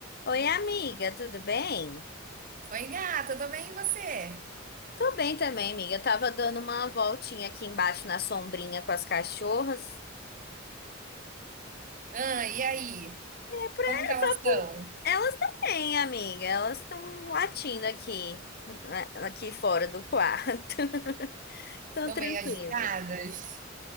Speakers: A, on the left; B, on the right.
A: Oi, amiga, tudo bem?
B: Oi, gata, tudo bem e você?
A: Tô bem também, amiga. Eu tava dando uma voltinha aqui embaixo na sombrinha com as cachorras.
B: Ah, e aí?
A: É pra,
B: Como que elas
A: só
B: estão?
A: por... Elas também, amiga. Elas estão latindo aqui, né, aqui fora do quarto. <laughs> Tão
B: Estão
A: tranquila.
B: meio agitadas?